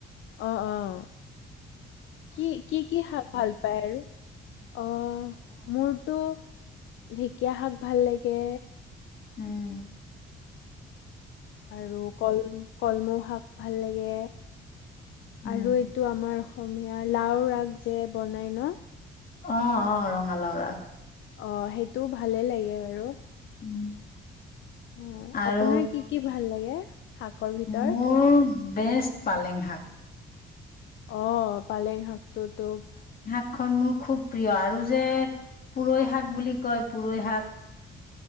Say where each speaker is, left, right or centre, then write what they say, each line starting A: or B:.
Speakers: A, on the left; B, on the left.
A: অঁ অঁ কি কি কি শাক ভাল পায় আৰু? অঁ মোৰটো। ঢেকীয়া শাক ভাল লাগে।
B: উম।
A: আৰু কল। কলমৌ শাক ভাল লাগে।
B: উম
A: আৰু এইটো আমাৰ। অসমীয়া লাও আগ, যে বনাই। ন।
B: অঁ অঁ ৰঙালাও আক।
A: অঁ, সেইটো টো, ভালে লাগে বাৰু।
B: উম
A: অ,
B: আৰু
A: আপোনাৰ কি কি ভাল লাগে শাকৰ ভিতৰত।
B: মোৰ বেষ্ট, পালেং শাক।
A: অঁ। পালেং, হাকত তো।
B: শাক খন মোৰ খুব প্ৰিয়, আৰু যে পুৰৈ শাক বুলি কয় পুৰৈ শাক।